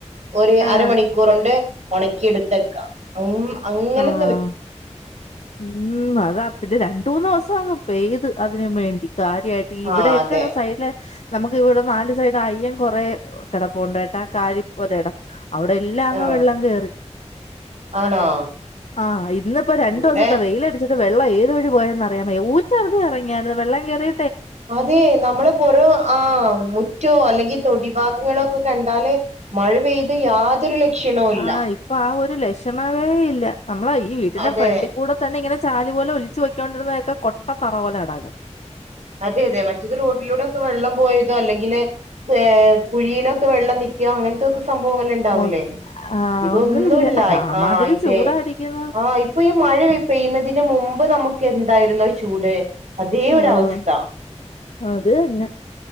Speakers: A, on the right (about 70°); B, on the left (about 65°).
A: ഒരു
B: ആഹ്
A: അരമണിക്കൂറുണ്ട് ഉണക്കിെടുത്തേക്ക ഉം അങ്ങനെ
B: ആഹ് ഉം അതാ അപ്പോഴിതെക്കും രണ്ട മൂന്ന് ദിവസം മൊത്തം അങ്ങ് പെയിത് അതിന്നും വേണ്ടി കാര്യയിട്ട് ഇവിടെൊക്കെ
A: ആ അതെ
B: സൈഡില നമുക്ക് ഇവിടെ നാല് സൈഡ് അയ്യം കുറെ കിടപ്പുണ്ടായിട്ട കാരി ഒരേടം അവിടെ എല്ലാം അങ്ങ്
A: ആ
B: വെള്ളം കേറി
A: ആണോ
B: ആഹ് ഇന്നിപ്പോ രണ്ടു
A: ഇവിടെ
B: ദിവസത്തെ വെയിലടിച്ചി ഇത് വെള്ളം ഏത് വഴി പോയെന്നറിയാമയ ഊറ്റാറുതി ഇറങ്ങിയാത്ത് വെള്ളം കയറി
A: അതെ നമ്മളെ പോരം ആഹ് മുറ്റേ അല്ലെങ്കിൽ തൊടി ഭാഗങ്ങളോക്കെ കണ്ടാല് മഴ പെയിത് യാതൊരു ലക്ഷണവും ഇല്ല
B: ആഹ് ഇപ്പൊ ആ ഒരു ലക്ഷണവേ ഇല്ല നമ്മളെ ഈ വീട്ടന്റെ
A: അതെ
B: ഫ്രണ്ടിൽ കൂടെ തന്നെ ഇങ്ങനെ ചാലുപോലെ ഒലിച്ച് <unintelligible> കൊട്ട തറ പോലെ കിടക്കുന്നു
A: അതെ അതെ മറ്റത് റോട്ടിലൂടൊക്കെ വെള്ളം പോയത് തോ അല്ലെങ്കില് ഏ കുഴിയിലൊ വെള്ളം നിക്ക അങ്ങനത്തൊക്കെ സംഭവങ്ങൾ ഉണ്ടാവൂല്ലേ
B: ഒ ആഹ്
A: ഇതൊന്നുല്ല
B: ഒന്നുമില്ല. ആമാതിരി
A: ആ ഇതെ
B: ചൂടാ അടിക്കുന്നത്.
A: ആ ഇപ്പൊ ഈ മഴ പെയ്യുന്നതിന് മുമ്പ് നമുക്ക എന്തായിരുന്നു ചൂട് അതേ ഒരവസ്ഥ
B: ആഹ് അത് തന്നെ